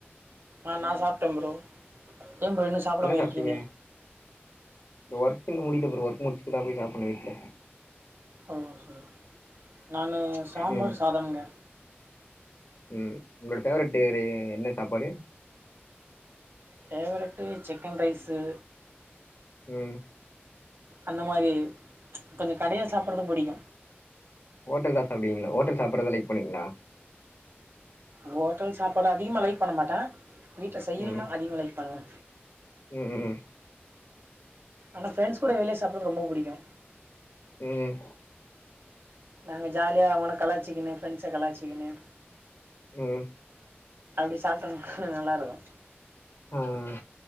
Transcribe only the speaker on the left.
என்ன சாப்ட்டீங்க
இந்த ஒர்க் இன்னு முடில ப்ரோ ஒர்க் முடிச்சுட்டுதா போய் சாப்புன்னு வீட்ல
ம்
ம் உங்ளோட ஃபேவரெட் <unintelligible> என்ன சாப்பாடு
ம்
ஹோட்டல்தா சாப்டுவீங்ளா ஹோட்டல் சாப்பறத லைக் பண்ணுவீங்களா
ம்
ம் உம்
உம்
உம்
ம்